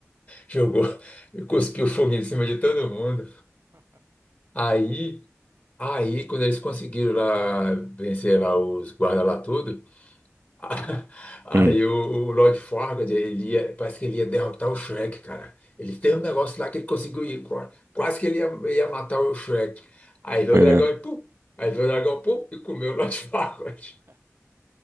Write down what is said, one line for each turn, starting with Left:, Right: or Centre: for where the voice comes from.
Left: jogou, <laughs> cuspiu fogo em cima de todo mundo. Aí, aí, quando eles conseguiram lá vencer lá os guardas lá tudo, <laughs> a- aí
Right: Hum,
Left: o, o Lord Farquaad, ele ia, parece que ele ia derrotar o Shrek, cara. Ele tem um negócio lá que ele conseguiu ir, qua- quase que ele ia, ia matar o Shrek. Aí veio
Right: foi
Left: o dragão
Right: mesmo.
Left: e pum, aí veio o dragão pum, e comeu o Lord <laughs> Farquaad.